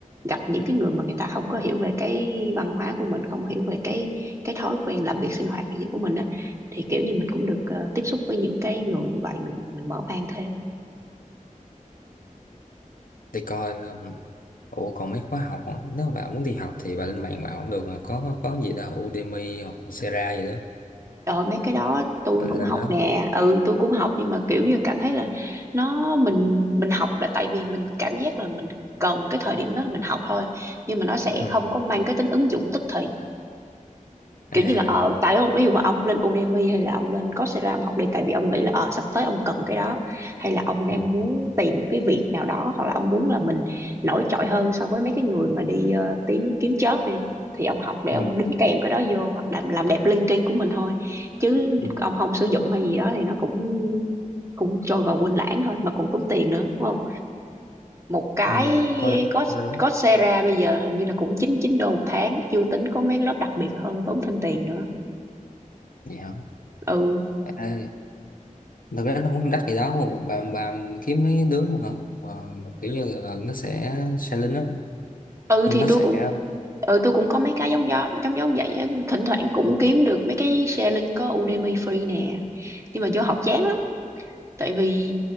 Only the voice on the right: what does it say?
gặp những cái người mà người ta không có hiểu về cái văn hóa của mình không hiểu về cái cái thói quen làm việc sinh hoạt gì của mình á thì kiểu như mình cũng được ờ, tiếp xúc với những cái người như vậy mình mình mở mang thêm
rồi mấy cái đó tôi
cũng
học
nè ừ tôi cũng học nhưng mà kiểu như cảm thấy là nó mình mình học là tại vì mình cảm giác là mình cần cái thời điểm đó là mình học thôi nhưng mà nó sẽ
không có mang cái tính ứng dụng tức thì
kiểu như là ờ tại ông ví dụ mà ông lên Udemy hay là ông lên Coursera ông học đi tại vì ông nghĩ là ờ sắp tới ông cần cái đó hay là ông đang
muốn tìm một cái việc nào đó hoặc là ông muốn là mình nổi trội hơn so với mấy cái người mà đi ờ, tìm kiếm job đi thì ông học để
ông đính kèm cái đó vô hoặc làm làm đẹp LinkedIn của mình thôi chứ
ông không sử dụng hay gì đó thì nó cũng cũng trôi vào quên lãng thôi mà còn tốn tiền nữa đúng không một cái
có
Coursera bây giờ hình như là cũng chín chín đô một tháng chưa tính có mấy lớp đặc biệt hơn tốn thêm tiền nữa
ừ
ừ
thì
tôi
cũng ừ tôi cũng có mấy cái giống gió giống giống vậy á thỉnh thoảng cũng kiếm được mấy cái sharing có Udemy free nè nhưng mà vô học chán lắm tại vì